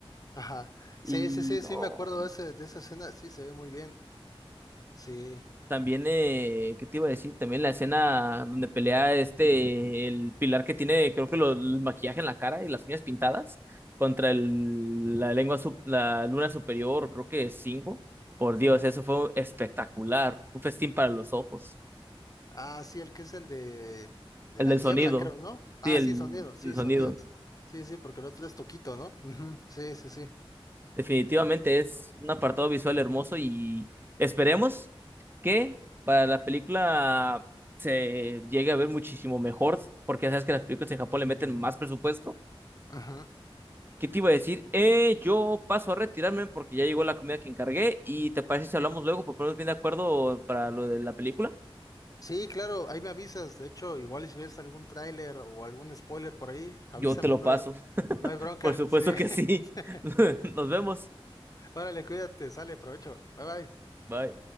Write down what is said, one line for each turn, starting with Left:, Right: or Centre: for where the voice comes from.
Left: Ajá,
Right: Y
Left: sí, sí, sí,
Right: no.
Left: sí, me acuerdo de, ese, de esa escena, sí, se ve muy bien. Sí,
Right: También, eh, ¿qué te iba a decir? También la escena donde pelea este, el pilar que tiene, creo que lo- el maquillaje en la cara y las uñas pintadas, contra el, la lengua, sup- la luna superior, creo que es cinco. Por Dios, eso fue espectacular. Un festín para los ojos.
Left: ah, sí, el que es el de, de
Right: El
Left: la
Right: del
Left: niebla,
Right: sonido.
Left: creo, ¿no? Ah,
Right: Sí, el,
Left: sí, sonido, sí,
Right: el sonido.
Left: sonido. Sí, sí, porque el otro es Toquito, ¿no? Ujú, Sí, sí, sí.
Right: Definitivamente es un apartado visual hermoso y esperemos que para la película se llegue a ver muchísimo mejor, porque ya sabes que las películas en Japón le meten más presupuesto.
Left: Ajá.
Right: ¿Qué te iba a decir? Eh, yo paso a retirarme porque ya llegó la comida que encargué y te parece si hablamos luego para ponernos bien de acuerdo para lo de la película.
Left: Sí, claro, ahí me avisas. De hecho, igual si ves algún tráiler o algún spoiler por ahí, avísame,
Right: Yo te lo
Left: no,
Right: paso. <laughs>
Left: No hay bronca,
Right: Por supuesto
Left: sí. <laughs>
Right: que sí. <laughs> Nos vemos.
Left: Órale, cuídate, sale, provecho. Bye bye.
Right: Bye.